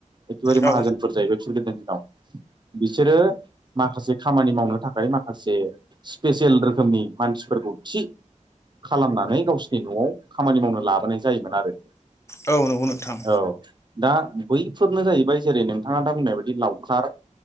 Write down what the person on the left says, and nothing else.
औ
औ नंगौ नोंथां